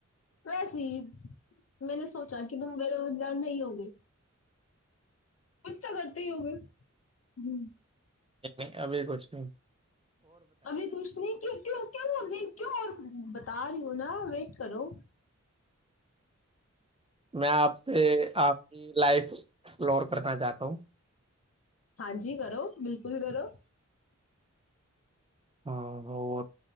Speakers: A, on the left; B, on the right.
A: ਵੈਸੇ ਮੈਨੇ ਸੋਚਾ ਕਿ ਤੁਮ ਬੇ ਰੁਜ਼ਗਾਰ ਨਹੀਂ ਹੋਗੇ ਕੁਛ ਤਾਂ ਕਰਦੇ ਹੀ ਹੋਗੇਏ ਹੂੰ
B: ਨਹੀਂ ਨਹੀਂ ਅਭੀ ਕੁਛ ਨਹੀਂ
A: ਕਭ ਕੁਛ ਨਹੀਂ ਕਿ <unintelligible> ਕਿਉਂ ਬਤਾ ਰਹੀ ਹੋ ਨਾ ਵੇਟ ਕਰੋ
B: ਮੈਂ ਆਪਸੇ ਆਪਕੀ ਲਾਈਫ ਐਸਪਲੋਰ ਕਰਨਾ ਚਾਹਤਾ ਹੂੰ
A: ਹਾਂਜੀ ਕਰੋ ਬਿਲਕੁਲ ਕਰੋ
B: ਹਾਂ ਹੋਰ